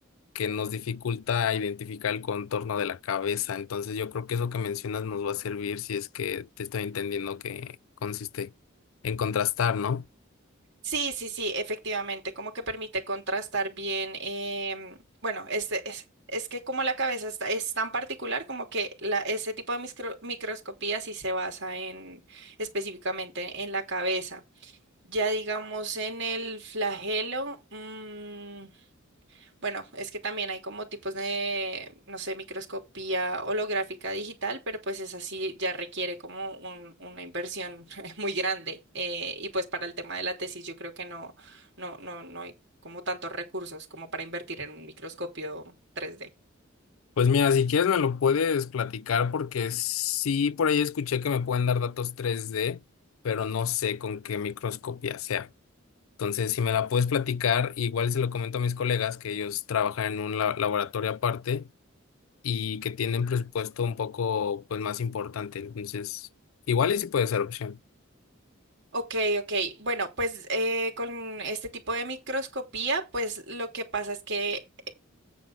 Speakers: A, on the left; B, on the right.
A: que nos dificulta identificar el contorno de la cabeza. Entonces yo creo que eso que mencionas nos va a servir si es que te estoy entendiendo que consiste en contrastar, ¿no?
B: Sí, sí, sí, efectivamente, como que permite contrastar bien, em, bueno, este es, es que como la cabeza está- es tan particular, como que la, ese tipo de micro- microscopía sí se basa en específicamente en la cabeza. Ya digamos en el flagelo, mm, bueno, es que también hay como tipos de, no sé, microscopía holográfica digital, pero pues es así, ya requiere como un- una inversión <laughs> muy grande. eh, y pues para el tema de la tesis yo creo que no, no, no, no hay como tantos recursos como para invertir en un microscopio 3D.
A: Pues mira, si quieres me lo puedes platicar porque sí, por ahí escuché que me pueden dar datos tres d pero no sé con qué microscopía sea. Entonces, si me la puedes platicar, igual se lo comento a mis colegas que ellos trabajan en un la- laboratorio aparte y que tienen presupuesto un poco pues más importante. Entonces, igual y sí puede ser opción.
B: Ok, ok. Bueno, pues eh, con este tipo de microscopía, pues lo que pasa es que